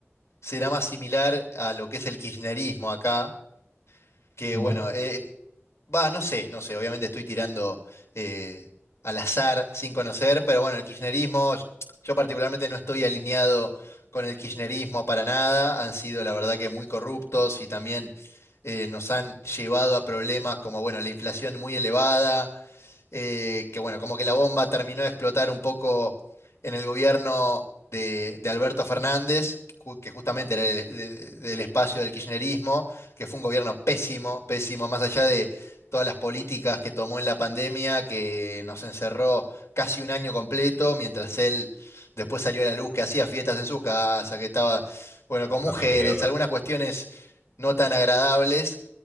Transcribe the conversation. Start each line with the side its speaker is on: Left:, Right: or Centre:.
Left: será más similar a lo que es el kirchnerismo acá, que
Right: ¿Ya?
Left: bueno, eh, Va, no sé, no sé, obviamente estoy tirando eh, al azar sin conocer, pero bueno, el kirchnerismo, yo particularmente no estoy alineado con el kirchnerismo para nada, han sido la verdad que muy corruptos y también eh, nos han llevado a problemas como, bueno, la inflación muy elevada, eh, que bueno, como que la bomba terminó de explotar un poco en el gobierno de, de Alberto Fernández, ju- que justamente era el- de- del espacio del kirchnerismo, que fue un gobierno pésimo, pésimo, más allá de todas las políticas que tomó en la pandemia, que nos encerró casi un año completo, mientras él después salió a la luz, que hacía fiestas en su casa, que estaba, bueno, con
Right: No
Left: mujeres,
Right: te creo,
Left: algunas cuestiones no tan agradables.